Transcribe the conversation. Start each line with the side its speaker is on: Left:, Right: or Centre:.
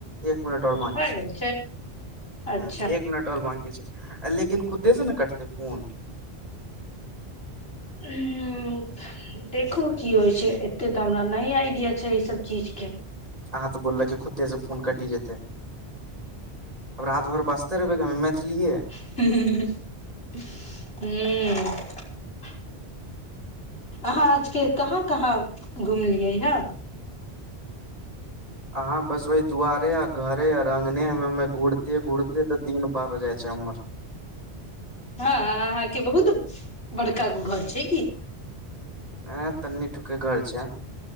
Right: एक मिनट आऔर
Left: भए
Right: बकी छै ह
Left: गेल अच्छा
Right: एक मिनट आऔर बकी छै आ लेकिन खुदे से ने कटते फून
Left: ह देखू की होइ छै एते तऽ हमरा नहि आइडिया छै ई सब चीज के
Right: अहा तऽ बोललक खुद्दे से फोन कटि जेतै आब राति भर बसते रहबै हमे मैथिलीए
Left: हू अहाँ आजके कहाँ कहाँ घुमलियै <unintelligible>
Right: अहाँ बस ओहि दुआरे आ घरे आ अङ्गने ह घुड़ घुड़ते तऽ दीन पार जइत चर
Left: हँ अहाँके बहुत बड़का गो घर छै की
Right: ह तनी ूके घर छै